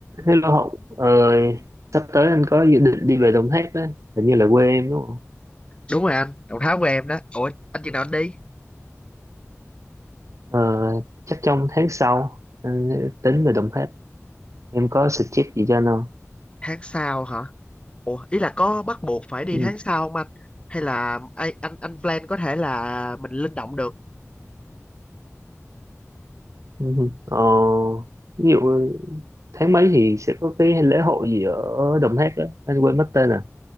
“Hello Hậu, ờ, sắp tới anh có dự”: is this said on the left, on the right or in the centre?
Right